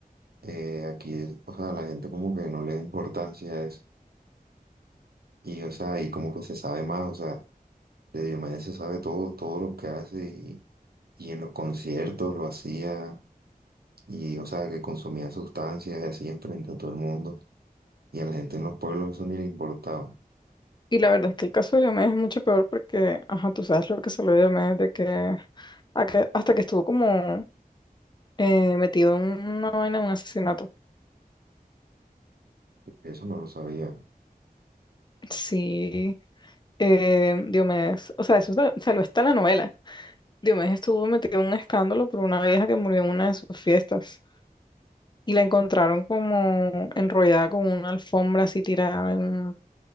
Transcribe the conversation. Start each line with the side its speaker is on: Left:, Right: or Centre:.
Right: eh, aquí es, o sea, la gente como que no le da importancia a eso. Y, o sea, y como que se sabe más, o sea, de Diomedes se sabe todo, todo lo que hace y, y en los conciertos lo hacía y, o sea, que consumía sustancias y así enfrente a todo el mundo. Y a la gente en los pueblos eso ni le importaba.
Left: Y la verdad es que el caso de Diomedes es mucho peor porque, ajá, tú sabes lo que se lo de Diomedes, de que, a que- hasta que estuvo como eh, metido en una vaina de un asesinato.
Right: Eso no lo sabía.
Left: Sí, eh, Diomedes, o sea, eso sa- salió hasta en la novela. Diomedes estuvo metido en un escándalo por una vieja que murió en una de sus fiestas y la encontraron como enrollada con una alfombra así tirada en,